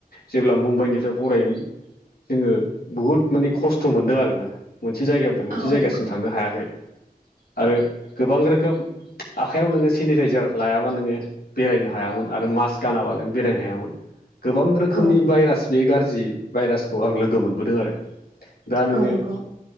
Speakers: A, on the left; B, on the right.
A: जेब्ला मुम्बाइनिफ्राय फराय जोङो बुहुद मानि खस्थ' मोनदों आरोना मोनसे जायगानिफ्राय मोनसे
B: औ
A: जायगासिम थांनो हायाखै। आरो गोबां रोखोम आखाइयाव नोङो सेनिटाइजार लायाबा नोङो बेरायनो हायामोन आरो मास्क गानाबा नों बेरायनो हायामोन। गोबां रोखोमनि
B: औ
A: भाइरास बे गाज्रि भाइरासखौ आं लोगो मोनबोदों आरो दा नोङो
B: औ नंगौ